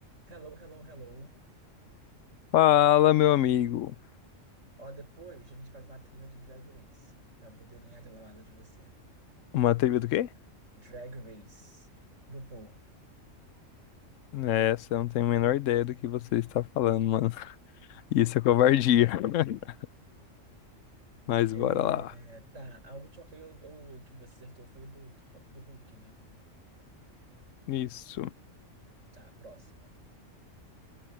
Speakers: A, on the right; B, on the left.
A: Hello, hello, hello.
B: Fala, meu amigo.
A: Ó, depois a gente faz uma trilha de Drag Race pra poder eu ganhar de lavada de você.
B: Uma trivia do quê?
A: Drag Race. RuPaul.
B: É, você não tem a menor ideia do que você está falando, mano. <laughs> Isso é covardia. <laughs> Mas
A: É,
B: bora lá.
A: tá, a última foi o, o que você acertou foi do, do Hulk, né?
B: Isso.
A: Tá, próxima.